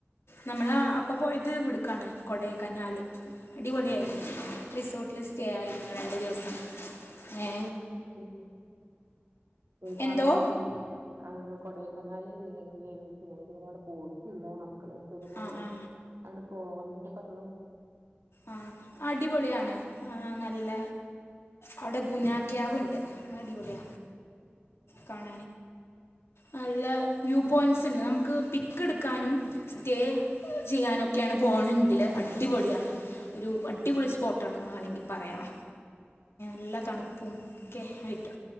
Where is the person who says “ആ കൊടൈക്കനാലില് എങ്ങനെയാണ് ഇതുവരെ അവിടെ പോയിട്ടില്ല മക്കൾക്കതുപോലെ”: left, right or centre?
Right